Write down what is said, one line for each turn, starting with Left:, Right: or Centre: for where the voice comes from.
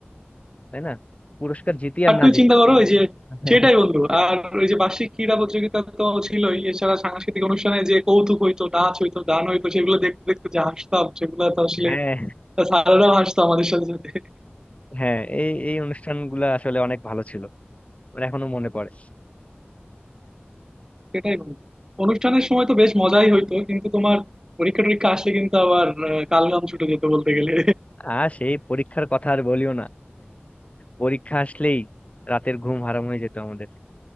Left: তাই না পুরস্কার জিতি আর
Right: আর
Left: না
Right: তুই
Left: জিতি
Right: চিন্তা করো
Left: কিন্তু
Right: ওই যে
Left: <laughs>
Right: সেটাই বন্ধু আর ওই যে বার্ষিক ক্রীড়া প্রতিযোগিতা তো ছিলই এছাড়া সাংস্কৃতিক অনুষ্ঠানে যে কৌতুক হইতো নাচ হইতো গান হইতো সেগুলো দেখতে দেখতে যে হাসতাম সেগুলো তো আসলে
Left: হ্যাঁ
Right: স্যাররাও হাসতো আমাদের সাথে সাথে
Left: হ্যাঁ এই এই অনুষ্ঠানগুলো আসলে অনেক ভালো ছিল আমার এখনো মনে পড়ে
Right: সেটাই বন্ধু অনুষ্ঠানের সময় তো বেশ মজাই হইতো কিন্তু তোমার পরীক্ষা টরীক্ষা আসলে কিন্তু আবার আহ, কালঘাম ছুটে যেত বলতে গেলে
Left: আর সেই পরীক্ষার কথা আর বলিও না পরীক্ষা আসলেই রাতের ঘুম হারাম হয়ে যেত আমাদের